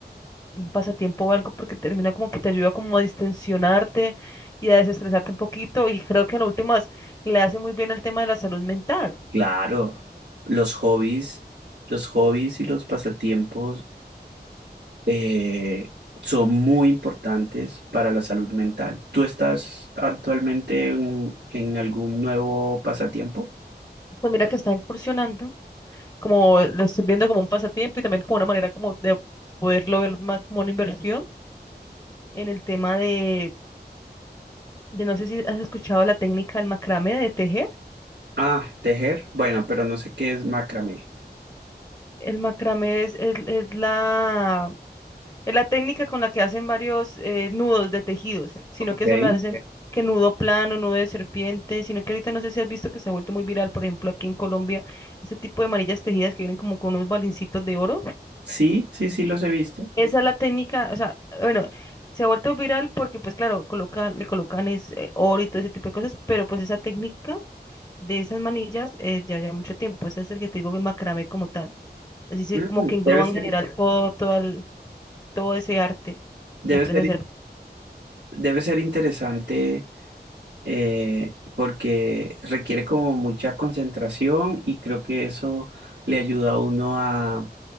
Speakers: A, on the left; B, on the right.
A: un pasatiempo o algo porque termina como que te ayuda como a distensionarte y a desestresarte un poquito y creo que en últimas le hace muy bien el tema de la salud mental.
B: Claro, los hobbies, los hobbies y los pasatiempos eh, son muy importantes para la salud mental. ¿Tú estás actualmente en, en algún nuevo pasatiempo?
A: Pues mira que está incursionando, como lo estoy viendo como un pasatiempo y también como una manera como de poderlo ver más como una inversión en el tema de, de no sé si has escuchado la técnica del macramé de tejer.
B: Ah, tejer. Bueno, pero no sé qué es macramé.
A: El macramé es, es es la Es la técnica con la que hacen varios eh, nudos de tejidos, sino
B: Ok.
A: que eso lo hacen que nudo plano, nudo de serpiente, sino que ahorita no sé si has visto que se ha vuelto muy viral, por ejemplo, aquí en Colombia, ese tipo de manillas tejidas que vienen como con unos balincitos de oro.
B: Sí, sí, sí los he visto.
A: Esa es la técnica, o sea, bueno, se ha vuelto viral porque pues claro, colocan, le colocan es, eh, oro y todo ese tipo de cosas, pero pues esa técnica de esas manillas eh, ya lleva mucho tiempo, ese es el que te digo, el macramé como tal, así se-
B: Mm,
A: como que engloba
B: debe ser,
A: en general todo, todo, el- todo ese arte
B: debe
A: y aprendes
B: ser,
A: a hacer
B: debe ser interesante eh, porque requiere como mucha concentración y creo que eso le ayuda a uno a